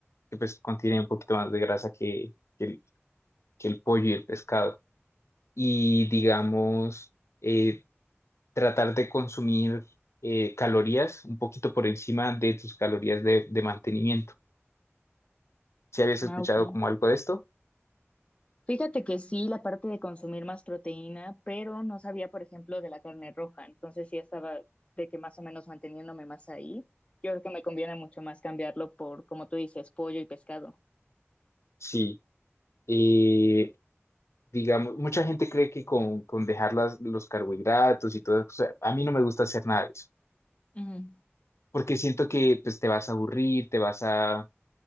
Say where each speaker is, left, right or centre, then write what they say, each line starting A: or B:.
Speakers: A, on the left; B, on the left.
A: que pues contiene un poquito más de grasa que, que el, que el pollo y el pescado. Y digamos, eh, tratar de consumir eh, calorías un poquito por encima de tus calorías de, de mantenimiento. Si habías
B: Ah,
A: escuchado
B: ok.
A: como algo de esto?
B: Fíjate que sí, la parte de consumir más proteína, pero no sabía, por ejemplo, de la carne roja, entonces sí estaba de que más o menos manteniéndome más ahí. Yo creo que me conviene mucho más cambiarlo por, como tú dices, pollo y pescado.
A: Sí. Eh, digamos, mucha gente cree que con, con dejar las- los carbohidratos y todas esas cosas, a mí no me gusta hacer nada de eso,
B: Ujú,
A: porque siento que pues, te vas a aburrir, te vas a